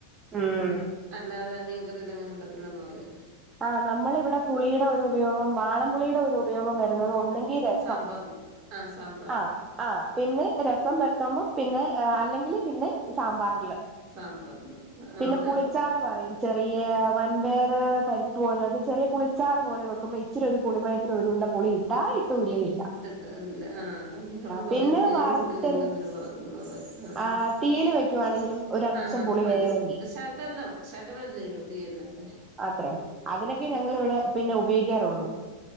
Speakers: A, on the right; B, on the right.
A: ഉം
B: അല്ലാതെ മീൻകറിയിൽ അങ്ങനെ ഇടത്തില്ലെന്നു പറയും
A: ആഹ് നമ്മളിവിടെ പുളിയുടെ ഒരു ഉപയോഗം വാളംപുളിയുടെ ഒരു ഉപയോഗം വരുന്നത് ഒന്നെങ്കി രസം
B: സാമ്പാറ് ആഹ് സാമ്പാ
A: ആഹ് ആഹ് പിന്നെ രസം വെക്കുമ്പം പിന്നെ അല്ലെങ്കിൽ പിന്നെ സാമ്പാറില്
B: സാമ്പാറില് ആ
A: പിന്നെ
B: എന്നിട്ട്
A: പുളിച്ചാറ് പറയും ചെറിയ വൻപയറ് പരിപ്പ് പോലെ ഒരു ചെറിയ പുളിച്ചാറ് പോലെ വെക്കുമ്പോ ഇച്ചിരി ഒരു പുളിമയത്തിന് ഒരുരുണ്ട പുളിയും ഇടായിട്ടൂ ഇല്ലേ ഇല്ല
B: ഇട്ട് അതല്ല ആഹ് ആഹ് അന്നേരം അവള്
A: പിന്നെ
B: പറയും ഇത്രയും
A: വറുത്തരച്ച്
B: പുളി നിങ്ങളെന്തിന് പറക്കുന്നെന്ന് പറയും ആഹ്
A: ആഹ് തീയില് വെക്കുവാണെങ്കിലും ഒരംശം
B: ആഹ് ആഹ്
A: പുളി വേണെങ്കി
B: അന്ന ശകലം ശകലല്ലെ ഇടൂ തീയലിലൊക്കെ
A: ത്രം അതിനൊക്കെ ഞങ്ങളിവിടെ പിന്നെ ഉപയോഗിക്കാറുള്ളൂ